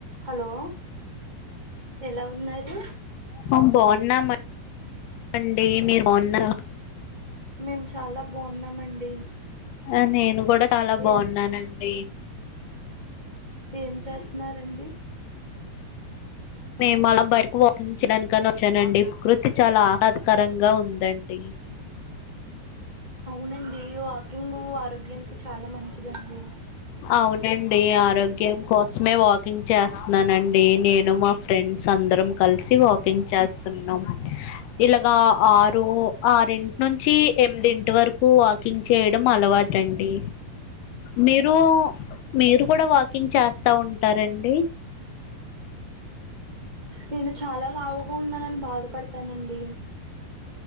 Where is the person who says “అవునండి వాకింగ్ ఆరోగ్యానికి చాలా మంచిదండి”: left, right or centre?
Right